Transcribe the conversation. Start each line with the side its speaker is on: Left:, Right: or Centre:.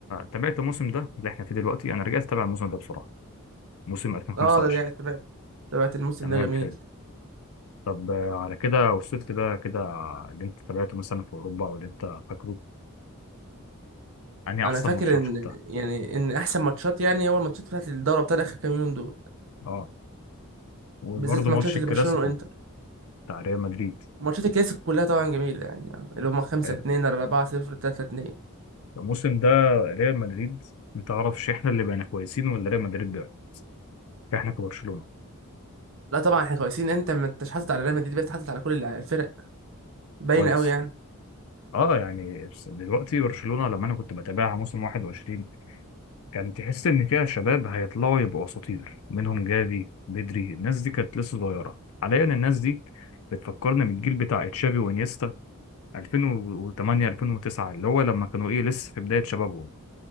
Left: تابعت الموسم ده اللي احنا فيه دلوقتي انا رجعت اتابع الموسم ده بسرعة موسم 2025
Right: اه ده جاي تبعت تبعت الموسم
Left: تمام
Right: ده جميل
Left: حلو طب آه، على كده وصلت كده كده اللي انت تابعته مثلا في اوروبا او اللي انت فاكره يعني
Right: انا
Left: احسن
Right: فاكر
Left: ماتشات
Right: ان
Left: شفتها
Right: يعني ان احسن ماتشات يعني هو الماتشات بتاعت الدوري بتاع اخر كام يوم دول
Left: اه وبرضه
Right: بالذات
Left: ماتش
Right: ماتشات اللي
Left: الكلاسيكو
Right: برشلونه وانتر
Left: بتاع ريال مدريد
Right: ماتشات الكلاسيكو كلها طبعا جميله يعني اللي هم 5
Left: حلو
Right: 2 4 0 3 2
Left: الموسم ده ريال مدريد ما تعرفش احنا اللي بقينا كويسين ولا ريال مدريد بقى احنا كبرشلونة
Right: لا طبعا احنا كويسين انت ما انتش حاطط على ريال مدريد بس حاطط على كل الفرق باينه
Left: كويس
Right: قوي يعني
Left: اه يعني بس دلوقتي برشلونة لما انا كنت بتابعها موسم 21 كان تحس ان فيها شباب هيطلعوا يبقوا اساطير منهم جافي بدري الناس دي كانت لسه صغيرة حاليا الناس دي بتفكرني بالجيل بتاع تشافي وانيستا 2008 2009 اللي هو لما كانوا ايه لسه في بداية شبابهم